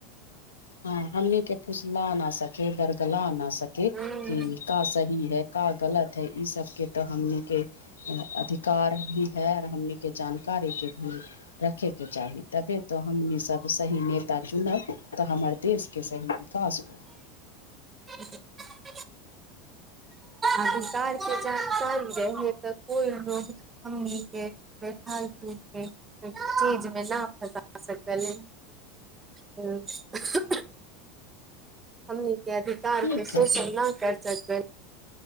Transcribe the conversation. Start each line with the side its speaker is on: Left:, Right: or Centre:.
Left: हँ हमनी के फुसला नहि सके बरगला आ नहि सके
Right: हूँ
Left: कि का सही है का गलत है ई सभ के तऽ हमनी के अधिक कार भी है आ हमनी के जानकारी के रखे के के चाही तबे तऽ हमनी सब सही नेता चुनब तऽ हमर देश के सही विकास होत
Right: ह <inaudible> अधिकार के जान चल जा है तऽ कोई लोग हमनी के देखखालतू छै <unintelligible> <inaudible> चीज में नहि फँस सकल ह - हमनी के अधिकार
Left: ठीक
Right: के शोषण
Left: है
Right: नऽ कर सकबै